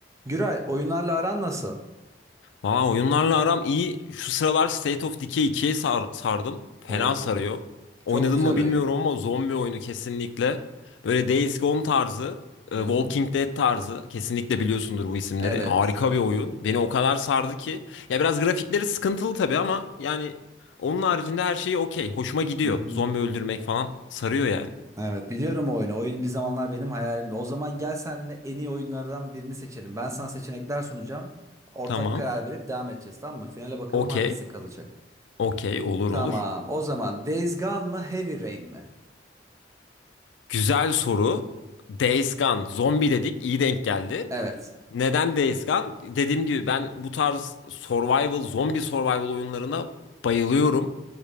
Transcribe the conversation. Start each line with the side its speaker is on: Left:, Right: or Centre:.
Right: Güray oyunlarla aran nasıl?
Left: Aa, oyunlarla aram iyi. Şu sıralar State of Decay 2'ye sar- sardım. Fena
Right: Oo.
Left: sarıyor.
Right: Çok
Left: Oynadın
Right: güzel
Left: mı bilmiyorum
Right: oyun.
Left: ama zombi oyunu kesinlikle. Böyle Days Gone tarzı, e,
Right: Hı
Left: Walking
Right: hı.
Left: Dead tarzı. Kesinlikle biliyorsundur bu isimleri.
Right: Evet.
Left: Harika bir oyun. Beni o kadar sardı ki. Ya biraz grafikleri sıkıntılı tabii ama yani onun haricinde her şey okey. Hoşuma gidiyor.
Right: Hı hı.
Left: Zombi öldürmek falan sarıyor yani.
Right: Evet biliyorum o oyunu. Oyun bir zamanlar benim hayalimdi. O zaman gel senle en iyi oyunlardan birini seçelim. Ben sana seçenekler sunacağım. Ortak
Left: Tamam.
Right: karar verip devam edeceğiz tamam mı? Finale bakalım
Left: Okey.
Right: hangisi kalacak.
Left: Okey. Olur
Right: Tamam.
Left: olur.
Right: O zaman Days Gone mı Heavy Rain mi?
Left: Güzel soru. Days Gone. Zombi dedik. iyi denk geldi.
Right: Evet.
Left: Neden Days Gone? Dediğim gibi ben bu tarz survival, zombi survival oyunlarına bayılıyorum.